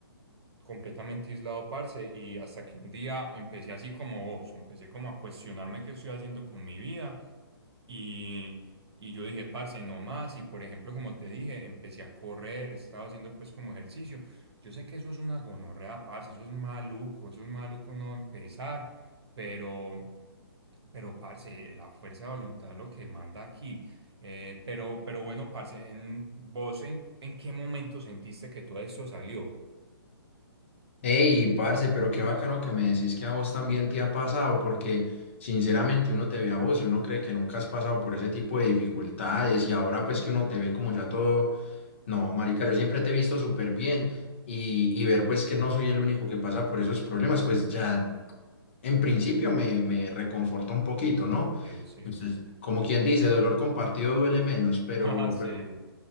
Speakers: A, on the right; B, on the left.
A: completamente aislado, parce, y hasta que un día empecé así como vos, empecé como a cuestionarme qué estoy haciendo con mi vida y, y yo dije, parce, no más, y por ejemplo, como te dije, empecé a correr, estaba haciendo pues como ejercicio. Yo sé que eso es una gonorrea, parce, eso es maluco, eso es maluco no empezar, pero, pero, parce, la fuerza de voluntad es lo que manda aquí. Eh, pero, pero bueno, parce, en, ¿vos en, en qué momento sentiste que todo esto salió?
B: Ey, parce, pero qué bacano que me decís que a vos también te ha pasado, porque sinceramente uno te ve a vos y uno cree que nunca has pasado por ese tipo de dificultades y ahora pues que uno te ve como ya todo, no, marica, yo siempre te he visto súper bien y, y ver pues que no soy el único que pasa por esos problemas, pues ya en principio me, me reconforta un poquito, ¿no?
A: Sí, sí.
B: Entonces, como quien dice, dolor compartido duele menos, pero,
A: <laughs> Ah, sí.
B: pero